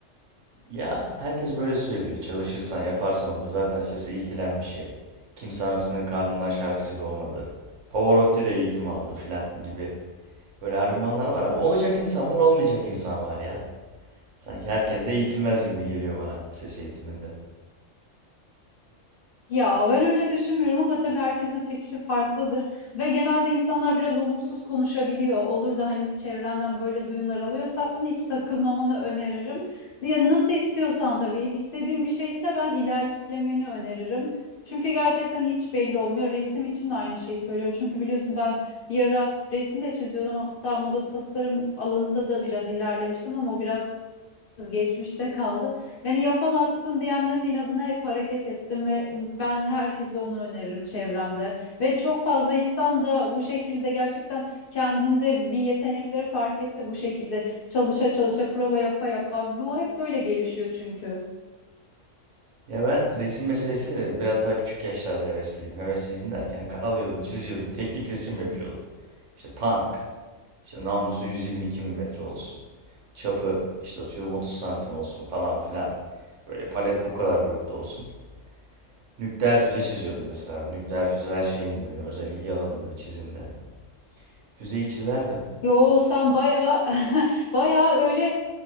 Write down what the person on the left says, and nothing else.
Ya ben öyle düşünmüyorum ama tabii herkesin fikri farklıdır ve genelde insanlar biraz olumsuz konuşabiliyor. Olur da hani çevrenden böyle duyumlar alıyorsan hiç takılmamanı öneririm. Ya nasıl istiyorsan tabii istediğin bir şeyse ben ilerlemeni öneririm. Çünkü gerçekten hiç belli olmuyor. Resim için de aynı şeyi söylüyorum. Çünkü biliyorsun ben bir ara resim de çiziyordum. Hatta moda tasarım alanında da biraz ilerlemiştim ama o biraz geçmişte kaldı. Yani yapamazsın diyenlerin inadına hep hareket ettim ve ben herkese onu öneririm çevremde. Ve çok fazla insan da bu şekilde gerçekten kendinde bir yetenekleri fark etti bu şekilde. Çalışa çalışa, prova yapa yapa. Bu hep böyle gelişiyor çünkü.
Yo sen bayağı <laughs> bayağı öyle